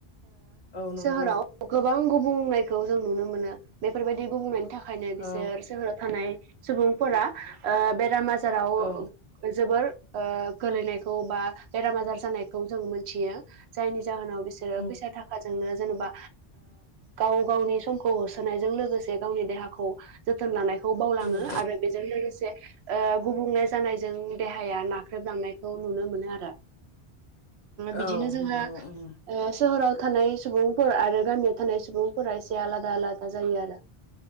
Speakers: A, on the left; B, on the right.
A: औ नंगौ
B: सोहोराव गोबां गुबुंनायखौ जों नुनो मोनो बेफोरबायदि गुबुंनायनि थाखायनो बिसोर
A: औ
B: सोहोराव थानाय सुबुंफोरा बेराम आजार जाराव
A: औ
B: जोबोर गोलैनायखौ बा बेराम आजार जानायखौ जों मोनथियो जायनि जाहोनाव बिसोरो
A: उम
B: फैसा थाखाजोंनो जेनेबा गाव गावनि समखौ होसोनायजों लोगोसे गावनि देहाखौ जोथोन लानायखौ खौ बावलाङो
A: उम
B: आरो बेजों लोगोसे गुबुंले जानायजों देहाया नाख्रेबलांनायखौ नुनो मोनो आरो बिदिनो
A: औ
B: जोंहा
A: नंगौ उम
B: सोहोराव थानाय सुबुंफोर आरो गामियाव थानाय सुबुंफोरा एसे आलादा आलादा जायो आरो